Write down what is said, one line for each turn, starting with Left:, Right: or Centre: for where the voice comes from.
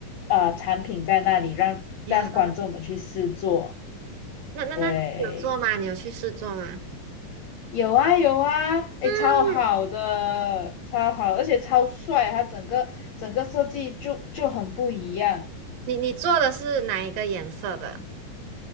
Left: 呃产品在那里，让让观众们去试坐。
Right: 呀，那那那你有做吗？
Left: 对。
Right: 你有去试做吗？
Left: 有啊有啊，
Right: 嗯。
Left: 诶，超好的，超好，而且超帅，它整个整个设计就就很不一样。
Right: 你你做的是哪一个颜色的